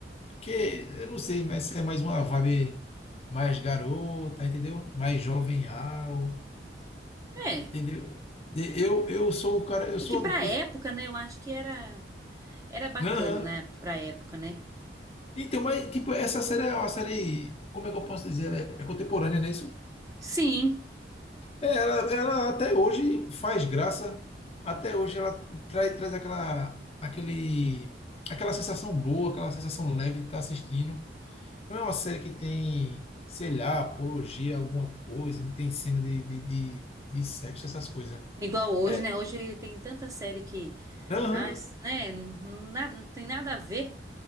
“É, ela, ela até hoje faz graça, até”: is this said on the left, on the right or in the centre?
Left